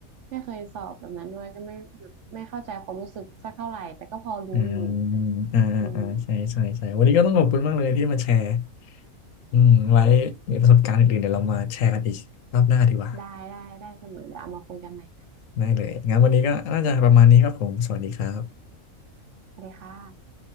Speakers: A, on the right; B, on the left.
A: ไม่เคยสอบแบบนั้นด้วยก็ไม่แบบไม่เข้าใจความรู้สึกสักเท่าไหร่แต่ก็พอรู้อยู่
B: อ่าอ่าอ่าอ่าใช่ใช่ใช่วันนี้ก็ต้องขอบคุณมากเลยที่มาแชร์
A: อืม
B: อืมไว้มีประสบการณ์อื่นๆเดี๋ยวเรามาแชร์กันอีกรอบหน้าดีกว่า
A: ได้ได้ได้เสมอเดี๋ยวเอามาคุยกันใหม่นะ
B: ได้เลยงั้นวันนี้ก็น่าจะประมาณนี้ครับผมสวัสดีครับ
A: สวัสดีค่ะ